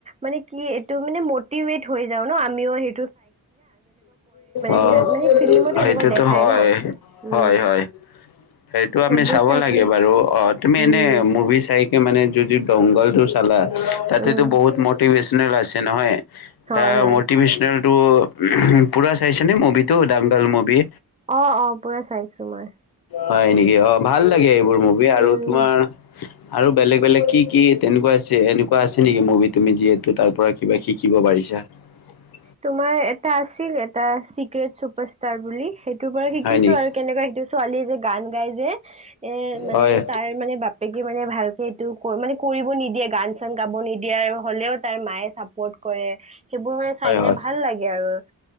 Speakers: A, on the right; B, on the left.
A: মানে কি এইটো মানে মটিভট হৈ যাও ন'। আমিও সে
B: অ',
A: যিহত মানে ফিল্মত
B: সেইটোতো
A: সেনেকুৱা দেখাই
B: হয়।
A: ন উম
B: হয় হয় সেইটো
A: সেইবোৰ
B: আমি চাব
A: চাই
B: লাগে
A: কিনে
B: বাৰু অ, তুমি
A: উম
B: এনে মুভি চাইকে মানে যদি <unintelligible> দংগলটো চালা তাতেতো
A: উম
B: বহুত মটিভেশনেল আছে নহয়।
A: হয়
B: তাৰ
A: হয়
B: মটিভেশনেলটো, পুৰা চাইছে ন' মুভিটো দাংগাল মুভি।
A: অ', অ, পুৰা চাইছোঁ মই।
B: হয় নেকি অ ভাল লাগে এইবোৰ মুভি আৰু
A: উম
B: তোমাৰ আৰু বেলেগ বেলেগ কি কি তেনেকুৱা আছে এনেকুৱা আছে নিকি মুভি তুমি যিহেতু তাৰ পৰা কিবা শিকিব পাৰি <unintelligible>
A: তোমাৰ এটা আছিল এটা চিক্ৰট চুপাৰ টাৰ বুলি সেইটো বাৰু শিকিছোঁ
B: হয় নেকি
A: আৰু কেনেকা সেইটো ছোৱালী যে গান লগাই যে, এ মানে
B: হয়
A: তাৰমানে বাপেক মে ভালকে এইটো মানে কৰিব নিদিয়ে গান চান গাব নিদিয়াৰ হলেও তাৰ মায়ে চাপৰ্ট কৰে। এ সেইবোৰ মানে চাই
B: হয়
A: কিনে
B: হয়
A: ভাল লাগে আৰু